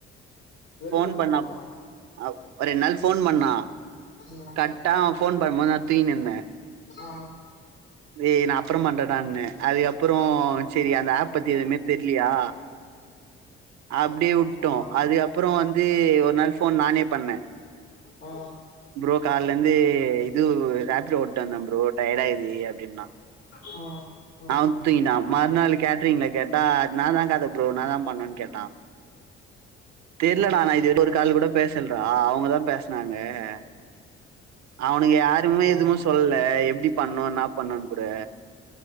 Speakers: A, on the left; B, on the right.
A: ரெண்டு
B: போன்
A: நாள் ஃபோன்
B: பண்ணா
A: பண்ணானா
B: அ ஒரு ரெண்டு நாள் போன் பண்ணான்
A: ம்
B: கக்டா அவன் போன் பண்ணும்போது நான் தூங்கினுந்தேன்
A: ஆ
B: ஏய் நான் அப்புறம் பண்றன்டான்ன அதுக்கப்புறம் சரி அந்த ஆப் பத்தி எதுவுமே தெரிலயா அப்டியே உட்டோம்
A: ஆ
B: அதுக்கப்புறம் வந்து ஒரு நாள் போன் நானே பண்ணேன்
A: ஆ
B: ப்ரோ கால்ல இருந்து இது ரேப்ட ஓட்டுட்டு வந்தோம் ப்ரோ டயர்ட ஆயிது அப்டின்னா
A: ஆ ஆ
B: அப்டின்னா மறுநாள் கேட்டரிங்கள கேட்டா நான் தான்ங்கத ப்ரோ நான் தான் பண்ணணு கேட்டான் தெர்லடா
A: ஆ
B: நான் இதுவர ஒரு கால்கூட பேசல்லடா அவங்க தான் பேசுனாங்க க அவனுக்கு யாருமே
A: ஆ
B: எதுவும் சொல்ல எ டி பண்ணும் என்னா பண்ணும்னு கூட